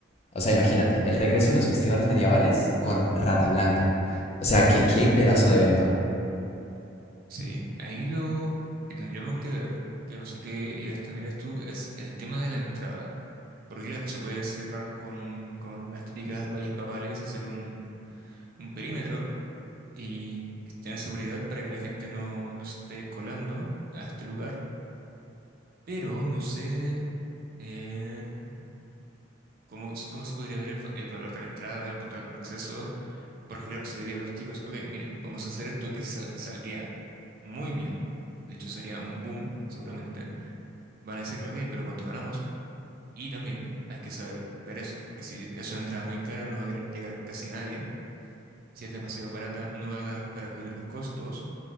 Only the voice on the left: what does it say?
O sea, imagínate, el regreso de los festivales medievales con Rata Blanca. O sea, que qué pedazo de evento.